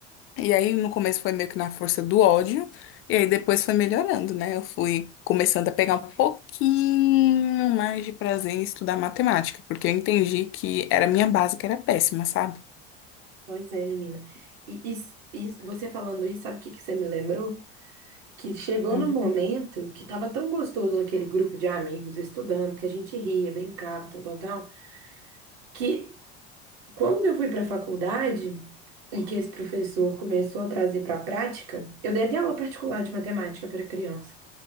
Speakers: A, on the left (about 45°); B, on the right (about 65°).
A: E aí, no começo foi meio que na força do ódio, e aí depois foi melhorando, né? Eu fui começando a pegar um pouquinho mais de prazer em estudar matemática, porque eu entendi que era a minha base que era péssima, sabe?
B: Pois é, menina. E, e- e você falando isso, sabe o que que você me lembrou? Que chegou
A: Uhum.
B: num momento que tava tão gostoso aquele grupo de amigos estudando, que a gente ria, brincava, tal, tal, tal, que quando eu fui para a faculdade e que esse professor começou a trazer para a prática, eu dei até aula particular de matemática para criança.